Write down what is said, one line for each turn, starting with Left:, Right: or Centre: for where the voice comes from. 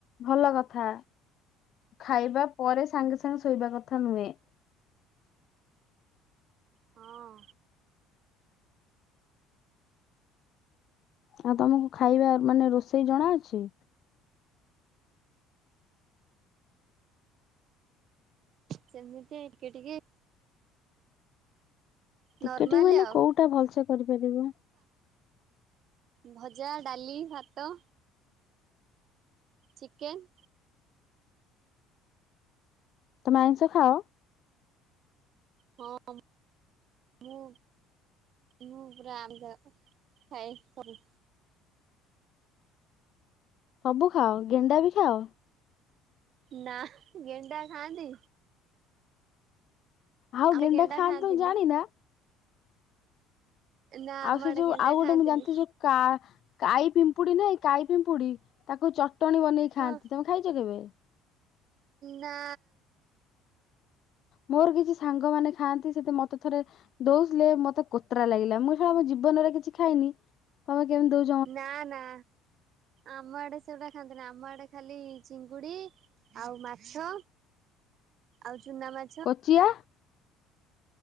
Left: ଭଲ କଥା। ଖାଇବା ପରେ ସାଙ୍ଗେ ସାଙ୍ଗେ ଶୋଇବା କଥା ନୁହେଁ।
Right: ହଁ।
Left: ଆଉ ତମକୁ ଖାଇବା ମାନେ ରୋଷେଇ ଜଣା ଅଛି?
Right: ସେମିତି ଟିକେ ଟିକେ।
Left: ଟିକେ
Right: ନର୍ମାଲ
Left: ଟିକେ ମାନେ
Right: ଆଉ।
Left: କୋଉଟା ଭଲସେ କରିପାରିବ?
Right: ଭଜା, ଡାଲି, ଭାତ। ଚିକେନ୍।
Left: ତମେ ଆଇଁଷ ଖାଅ?
Right: ହ। ମୁଁ ମୁଁ ପୁରା ଆମିଷ ଖାଏ ସବୁ।
Left: ସବୁ ଖାଅ ଗେଣ୍ଡା ବି ଖାଅ?
Right: ନା। ଗେଣ୍ଡା ଖାଆନ୍ତି?
Left: ଆଉ
Right: ଆଡେ
Left: ଗେଣ୍ଡା ଖାଆନ୍ତି
Right: ଖାଆନ୍ତିନି
Left: ତମେ ଜାଣିନା?
Right: ନା ଆମ
Left: ଆଉ ସେ
Right: ଆଡେ
Left: ଯୋଉ
Right: ଗେଣ୍ଡା
Left: ଆଉ
Right: ଖାଆନ୍ତିନି
Left: ଗୋଟେ ମୁଁ ଜାଣିଚି ଯଉ କା କାଇ ପିମ୍ପୁଡି ନାଇଁ କାଇ ପିମ୍ପୁଡି ତାକୁ ଚଟଣି ବନେଇକି ଖାଆନ୍ତି।
Right: ହଁ
Left: ତମେ ଖାଇଚ କେବେ?
Right: ନା।
Left: ମୋର କିଛି ସାଙ୍ଗ ମାନେ ଖାଆନ୍ତି। ସେ ମତେ ଥରେ ଦଉଥିଲେ ମତେ କୋତରା ଲାଗିଲା। ମୁଁ ସଳା କେବେ ଜୀବନରେ କିଛି ଖାଇନି, ତମେ କେମିତି ଦଉ
Right: ନା ନା। ଆମ ଆଡେ ସେଗୁଡା ଖାଆନ୍ତିନି। ଆମ ଆଡେ ଖାଲି ଚିଙ୍ଗୁଡି ଆଉ ମାଛ ଆଉ ଚୁନା ମା
Left: କୋଚିଆ?